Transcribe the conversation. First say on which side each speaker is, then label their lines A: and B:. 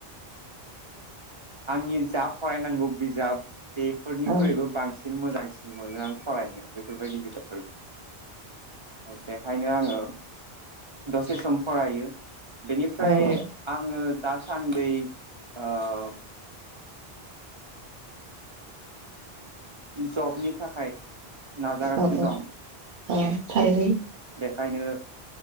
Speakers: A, on the right; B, on the right.
A: आंनि जा फरायनांगौ बिजाब बेफोरनिख्रुइबो
B: औ
A: बांसिन मोजांसिन मोनो आं फरायनो बेफोरबायदि बिजाबफोरखौ बेखायनो आङो दसे सम फरायो बेनिफ्राय
B: औ
A: आङो दासान्दै ओ जबनि थाखाय नाजागासिनो
B: औ औ
A: दं।
B: औ थारै
A: बेखायनो